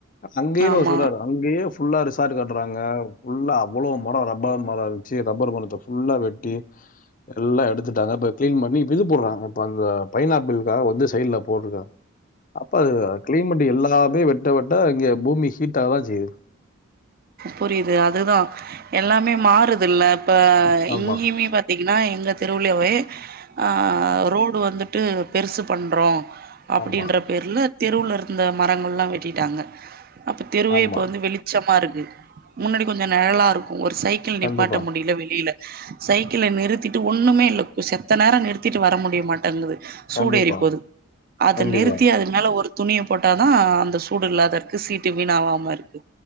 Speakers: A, on the left (about 40°); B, on the right (about 45°).
A: அங்கேய
B: ஆமா
A: அவ சொல்றாரா அங்கேயே ஃபுல்லா ரிசார்ட் கட்டுறாங்க ஃபுல்லா அவ்வளோ மர ரப்பர் மர இருந்துச்சு ரப்பர் மரத்த ஃபுல்லா வெட் டி எல்லா எடுத்துட்டாங்க இப்ப கிளீன் பண்ணி இப்ப இது போட்றாங்க இப்ப அந்த பைனாப்பிளுக்காக வந்து சைட்ல போட்ருக்காங்க அப்ப அது கிளைமெட் எல்லாமே வெட் ட வெட்ட இங்க பூமி ஹீட்டாவ தா செய்து
B: புரியுது அதுதா எல்லாமே மாறுது இல்ல இப்ப
A: ஆமா.
B: இங்கயுமே பாத் பாத்தீங்கன்னா எங்க தெருவிலேவே ஆ ரோடு வந்துட்டு பெருசு பண்றோ அப்டின்ற
A: ஆமா,
B: பேர்ல தெருவுல இருந்த மரங்கள்லா வெட்டிட்டாங்க அப்போ தெருவே
A: ஆமா.
B: இப்போ வந்து வெளி ச்சமா இருக்கு முன்னாடி கொஞ்ச நெழலா இருக்குமன ஒரு சைக்கிள் நிப்பாட்ட
A: கண்டிப்பா,
B: முடியல வெளியில சைக்கிள நிறுத்திட்டு ஒண்ணுமே இல்ல செத்த நேர நிறுத்திட்டு வர முடியமாட் தங்குது சூடேறிப்போது
A: கண்டிப்பா,
B: அத
A: கண்டிப்பா.
B: நிறுத்தி அத மேல ஒரு துணிய போட்டாதா அந்த சூடு இல்லாத இருக்கு சீட்டு வீணாவாம இருக்கு